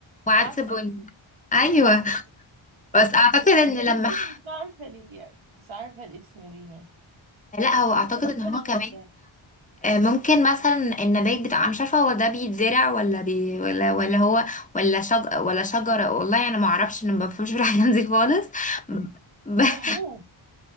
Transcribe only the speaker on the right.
وعدس
بني
بس
بكده
دي
مش عارفه ليه يعني مش عارفه الاسم ليه يعني
ممكن
ابقى
اشوف
يعني
هو حبوب